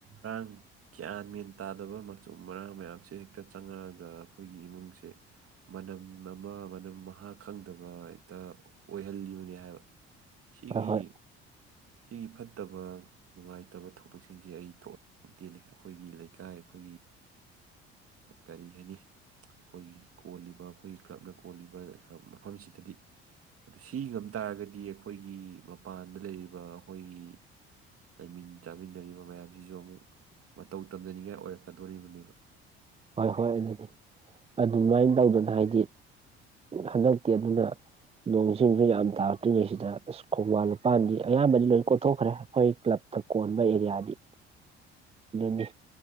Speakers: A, on the right; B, on the right.
A: ꯑꯥꯡ ꯒ꯭ꯌꯥꯟ ꯃꯦꯟ ꯇꯥꯗꯕ ꯃꯆꯨ ꯃꯔꯥꯡ ꯃꯌꯥꯝꯁꯦ ꯍꯦꯛꯇ ꯆꯪꯉꯛꯑꯒ ꯑꯩꯈꯣꯏꯒꯤ ꯏꯃꯨꯡꯁꯦ ꯃꯅꯝ ꯑꯃ ꯃꯅꯝ ꯃꯍꯥ ꯈꯪꯗꯕ ꯍꯦꯛꯇ ꯑꯣꯏꯍꯜꯂꯤꯕꯅꯤ ꯍꯥꯏꯕ ꯁꯤꯒꯤ
B: ꯍꯣꯏ ꯍꯣꯏ
A: ꯁꯤꯒꯤ ꯐꯠꯇꯕ ꯅꯨꯡꯉꯥꯏꯇꯕ ꯊꯧꯗꯣꯛꯁꯤꯡꯁꯦ ꯑꯩ ꯊꯣꯛꯑꯦ ꯇꯦꯅꯦ ꯑꯩꯈꯣꯏꯒꯤ ꯂꯩꯀꯥꯏ ꯑꯩꯈꯣꯏꯒꯤ ꯀꯔꯤ ꯍꯥꯏꯅꯤ ꯑꯩꯈꯣꯏꯒꯤ ꯀꯣꯜꯂꯤꯕ ꯑꯩꯈꯣꯏꯒꯤ ꯀ꯭ꯂꯕꯅ ꯀꯣꯜꯂꯤꯕ ꯃꯐꯝꯁꯤꯗꯗꯤ ꯑꯗꯨ ꯁꯤ ꯉꯝ ꯇꯥꯔꯒꯗꯤ ꯑꯩꯈꯣꯏꯒꯤ ꯃꯄꯥꯟꯗ ꯂꯩꯔꯤꯕ ꯑꯩꯈꯣꯏꯒꯤ ꯂꯩꯃꯤꯟ ꯆꯥꯃꯤꯟꯅꯔꯤꯕ ꯃꯌꯥꯝꯁꯤꯁꯨ ꯑꯃꯨꯛ ꯃꯇꯧ ꯇꯝꯖꯅꯤꯡꯉꯥꯏ ꯑꯣꯏꯔꯛꯀꯗꯣꯔꯤꯕꯅꯦꯕ
B: ꯍꯣꯏ ꯍꯣꯏ ꯑꯗꯨꯗꯤ ꯑꯗꯨꯃꯥꯏꯅ ꯇꯧꯗꯅ ꯍꯥꯏꯗꯤ ꯍꯟꯗꯛꯇꯤ ꯑꯗꯨꯅ ꯅꯣꯡ ꯆꯤꯡꯁꯨ ꯌꯥꯝ ꯇꯥꯔꯛꯇ꯭ꯔꯤꯉꯩꯁꯤꯗ ꯑꯁ ꯈꯣꯡꯕꯥꯟ ꯂꯨꯄꯥꯟꯗꯤ ꯑꯌꯥꯝꯕꯗꯤ ꯂꯣꯏ ꯀꯣꯊꯣꯛꯈ꯭ꯔꯦ ꯑꯩꯈꯣꯏ ꯀ꯭ꯂꯕ ꯇꯀꯣꯟꯕ ꯑꯦꯔꯤꯌꯥꯗꯤ ꯑꯗꯨꯅꯤ